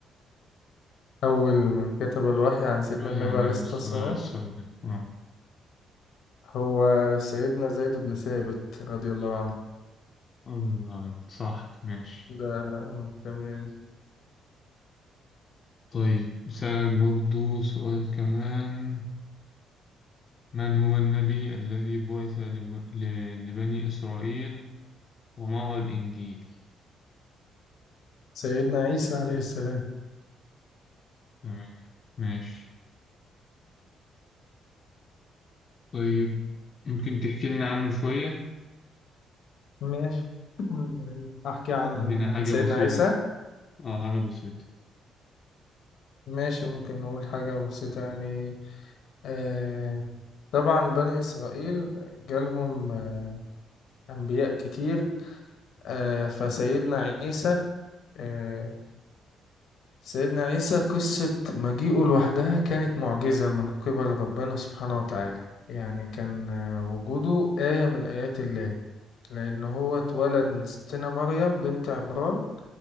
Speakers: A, on the left (about 70°); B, on the left (about 45°).
A: اول من كتب الوحي عن سيدنا
B: الوحي
A: النبي
B: عن
A: عليه
B: النبي
A: الصلاة
B: صلى
A: والسلام
B: الله عليه وسلم آه
A: هو سيدنا زيد بن ثابت رضي الله عنه
B: آه، صح ماشي
A: ده تمام
B: طيب بسألك برضو سؤال كمان من هو النبي الذي بعث لب- ل- لبني إسرائيل ومعه الإنجيل
A: سيدنا عيسى عليه السلام
B: تمام ماشي طيب ممكن تحكي لنا عنه شوية
A: ماشي <clears throat> يعني أحكي عن
B: ادينا
A: عن
B: حاجة
A: سيدنا
B: بسيطة
A: عيسى
B: كده اه حاجة بسيطة
A: ماشي ممكن نقول حاجة بسيطة يعني آه طبعا بني إسرائيل جالهم آه، أنبياء كتير آه فسيدنا عيسى آه سيدنا عيسى قصة مجيئه لوحدها كانت معجزة من قبل ربنا سبحانه وتعالى يعني كان آه، وجوده آية من آيات الله لأن هو اتولد من ستنا مريم بنت عمران